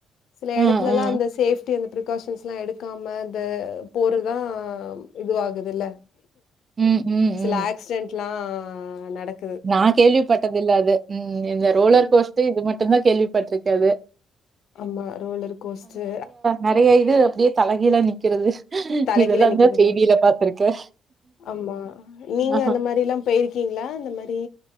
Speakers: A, on the left; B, on the right.
A: சில எடத்துலல்லா
B: ஆ ஆ
A: அந்த சேஃப்டி அந்த பிகாஷன்ஸ் எல்லா எடுக்காம அந்த போறதுதா இதுவாகுதுல
B: ம் ம் ம்
A: லாக்சிடென்ட்ல்லா நடக்
B: நா கேள்விப்பட்டது இல்ல அது ம் இந்த ரோலர்
A: ம்.
B: கோஸ்ட்டு இது மட்டுந்தா கேள்விப்பட்டிருக்கறது
A: ஆமா ரோலர் கோஸ்ட்டு
B: நறைய இது அப்டியே தலகீழ நிக்கிறது
A: தலைகீழ
B: இது எல்லாமே
A: நிக்கிறதுதான்.
B: செய்தில்லா பாத்துருக்கே
A: ஆமா. நீங்க
B: ஆ
A: அந்த மாரிலாம் போயிருக்கீங்களா இந்த மாரி